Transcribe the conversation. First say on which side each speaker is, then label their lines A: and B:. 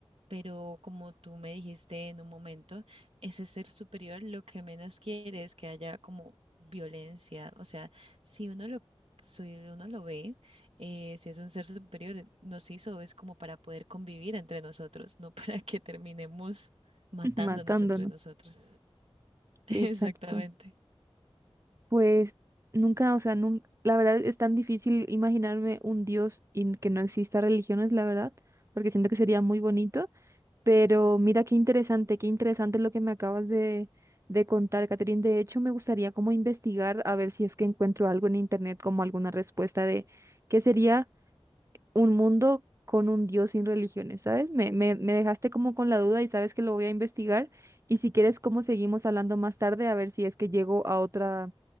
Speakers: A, on the right (about 80°); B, on the right (about 30°).
A: pero como tú me dijiste en un momento, ese ser superior lo que menos quiere es que haya como violencia, o sea, si uno lo si uno lo ve, eh, si es un ser superior, nos hizo es como para poder convivir entre nosotros, no <laughs> para que terminemos matándonos
B: <laughs> Matándonos.
A: entre nosotros. <laughs>
B: Exacto.
A: Exactamente.
B: Pues nunca, o sea, nun- la verdad es tan difícil imaginarme un Dios y que no exista religiones, la verdad, porque siento que sería muy bonito. Pero mira qué interesante, qué interesante lo que me acabas de, de contar, Catherine. De hecho, me gustaría como investigar a ver si es que encuentro algo en internet, como alguna respuesta de qué sería un mundo con un Dios sin religiones, ¿sabes? Me, me, me dejaste como con la duda y sabes que lo voy a investigar. Y si quieres, como seguimos hablando más tarde, a ver si es que llego a otra